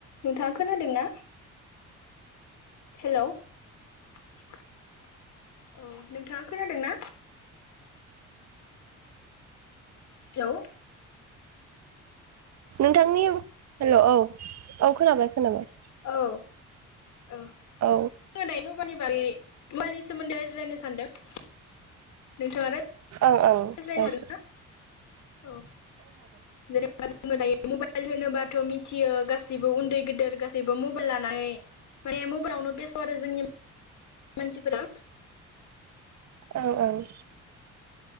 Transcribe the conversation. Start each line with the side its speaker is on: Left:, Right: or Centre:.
Left: नोंथाङा खोनादोंना हेलौ औ नोंथाङा खोनादों ना हेलौ
Right: नोंथांनि हेलौ औ औ खोनाबाय खोनाबाय
Left: औ ओ जों
Right: औ
Left: दायो मबाइलनि बागै मबाइलनि सोमोनदै रायज्लायनो सानदों <unintelligible>
Right: औ औ
Left: रायज्लायनो
Right: रायज
Left: हागोन ना औ जेनेबा जोङो दायो मबाइल होनोबाथ' मिथि मिथियो गासैबो उन्दै गेदेर गासैबो मबाइल लानानै माने मबाइलावनो बेस्थ' आरो जोंनि मानसिफोरा
Right: औ औ